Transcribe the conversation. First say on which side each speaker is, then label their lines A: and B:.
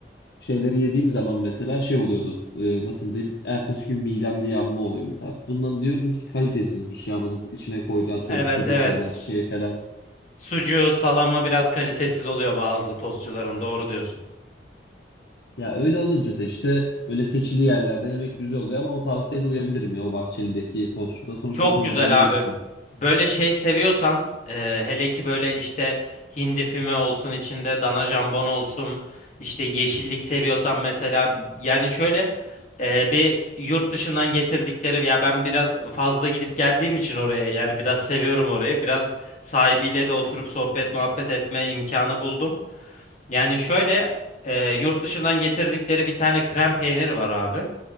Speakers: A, on the left; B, on the left.
A: şeyleri yediğim zaman mesela şey oluyordu. e, nasıl diyeyim? Ertesi gün midemde yanma oluyor mesela. Bundan diyorum ki kalitesizmiş ya bunun içine koydu atıyorum
B: Evet
A: sucuk
B: evet.
A: ya da
B: S-
A: şey falan.
B: Sucuğu, salamı biraz kalitesiz oluyor bazı tostçuların. Doğru diyorsun.
A: Ya öyle olunca da işte böyle seçili yerlerde yemek güzel oluyor ama o tavsiyene uyabilirim ya o Bahçeli'deki tostçuda. Sonuçta
B: Çok
A: sen
B: güzel
A: orada yemişsin.
B: abi. Böyle şey seviyorsan e, hele ki böyle işte hindi füme olsun içinde dana jambon olsun işte yeşillik seviyorsan mesela yani şöyle e, bir yurt dışından getirdikleri ya ben biraz fazla gidip geldiğim için oraya yani biraz seviyorum orayı biraz sahibiyle de oturup sohbet muhabbet etme imkanı buldum. Yani şöyle e, yurt dışından getirdikleri bir tane krem peyniri var abi.